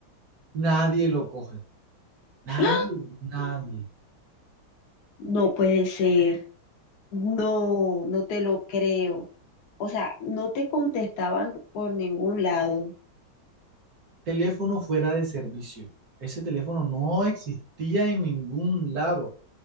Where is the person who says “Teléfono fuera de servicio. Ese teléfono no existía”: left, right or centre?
Right